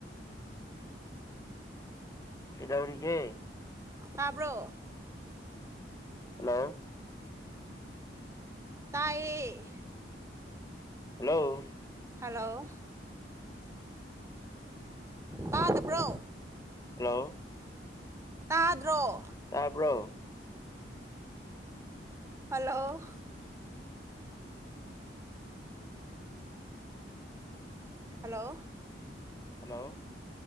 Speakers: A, on the left (about 20°); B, on the right (about 15°).
A: ꯀꯩꯗꯧꯔꯤꯒꯦ
B: ꯇꯥꯕ꯭ꯔꯣ
A: ꯍꯜꯂꯣ
B: ꯇꯥꯏꯌꯦ
A: ꯍꯜꯂꯣ
B: ꯍꯜꯂꯣ ꯇꯥꯗꯕ꯭ꯔꯣ
A: ꯍꯜꯂꯣ
B: ꯇꯥꯗ꯭ꯔꯣ
A: ꯇꯥꯕ꯭ꯔꯣ
B: ꯍꯜꯂꯣ ꯍꯜꯂꯣ
A: ꯍꯜꯂꯣ